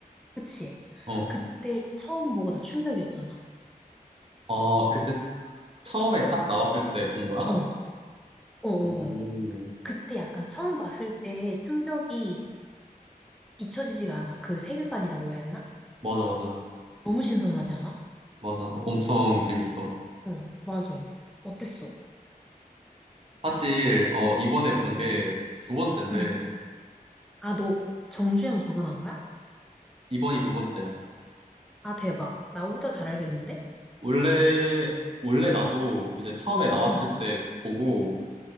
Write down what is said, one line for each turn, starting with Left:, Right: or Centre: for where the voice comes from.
Centre: 그치?
Right: 어,
Centre: 그때 처음 보고 나 충격이었잖아.
Right: 아, 그때 처음에 딱 나왔을 때 본 거야?
Centre: 어, 어, 어.
Right: 오,
Centre: 어. 그때 약간 처음 봤을 때 충격이 잊혀지지가 않아. 그 세계관이라고 해야 되나?
Right: 맞아, 맞아.
Centre: 너무 신선하지 않아?
Right: 맞아. 엄청 재밌어.
Centre: 응, 맞아. 어땠어?
Right: 사실, 어, 이번에 본
Centre: 응,
Right: 게 두 번째인데,
Centre: 응. 아, 너 정주행을 두 번 한 거야?
Right: 이번이 두 번째야.
Centre: 아, 대박. 나보다 잘 알겠는데?
Right: 원래, 원래 나도 이제 처음에 나왔을
Centre: 응,
Right: 때 보고,